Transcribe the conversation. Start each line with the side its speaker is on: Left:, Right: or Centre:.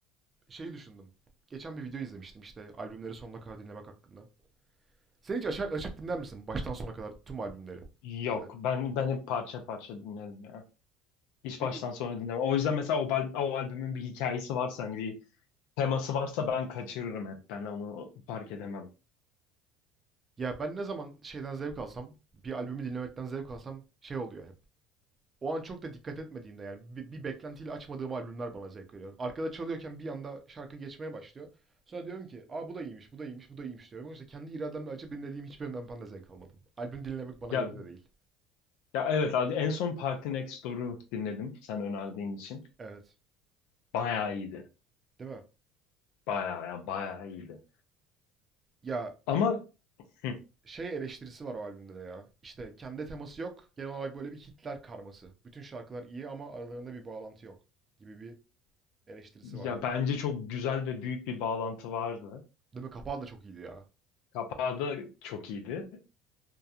Right: Şeyi düşündüm. Geçen bir video izlemiştim işte albümleri sonuna kadar dinlemek hakkında. Sen hiç açar, açıp dinler misin baştan sona kadar tüm albümleri?
Left: Yok
Right: Ya da
Left: ben ben hep parça parça dinlerim ya. Hiç
Right: peki
Left: baştan sona dinlemem. O yüzden mesela o, bal- o albümün bir hikayesi varsa hani bir teması varsa ben kaçırırım hep. Ben onu fark edemem.
Right: ya ben ne zaman şeyden zevk alsam, bir albümü dinlemekten zevk alsam şey oluyor hep. O an çok da dikkat etmediğimde yani bir, bir beklentiyle açmadığım albümler bana zevk veriyor. Arkada çalıyorken bir anda şarkı geçmeye başlıyor. Sonra diyorum ki, "Aa bu da iyiymiş, bu da iyiymiş, bu da iyiymiş." diyorum. Oysa kendi irademle açıp dinlediğim hiçbirinden ben de zevk almadım. Albüm dinlemek bana
Left: Ya,
Right: göre de değil.
Left: ya evet abi en son Party Next Door'u dinledim sen önerdiğin için.
Right: Evet.
Left: Bayağı iyiydi.
Right: Değil mi?
Left: Bayağı ya bayağı iyiydi.
Right: Ya
Left: Ama hı.
Right: şey eleştirisi var o albümde de ya. İşte kendi teması yok. Genel olarak böyle bir Hitler karması. Bütün şarkılar iyi ama aralarında bir bağlantı yok gibi bir eleştirisi vardı.
Left: Ya bence çok güzel ve büyük bir bağlantı vardı.
Right: Değil mi? Kapağı da çok iyiydi ya.
Left: Kapağı da çok iyiydi.